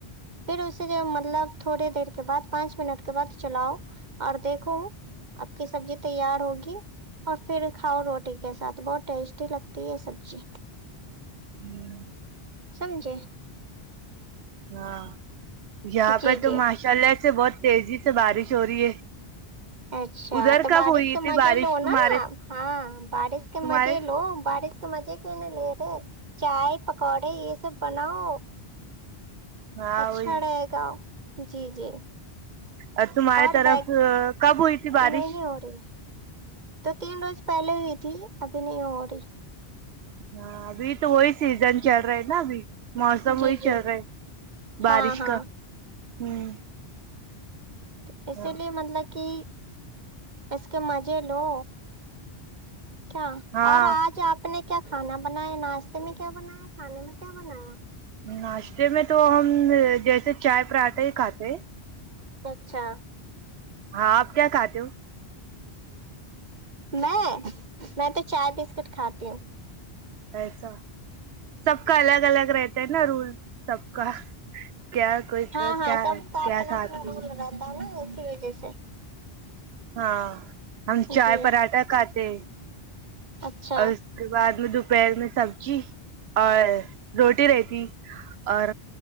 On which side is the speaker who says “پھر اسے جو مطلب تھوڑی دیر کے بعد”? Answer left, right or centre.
Right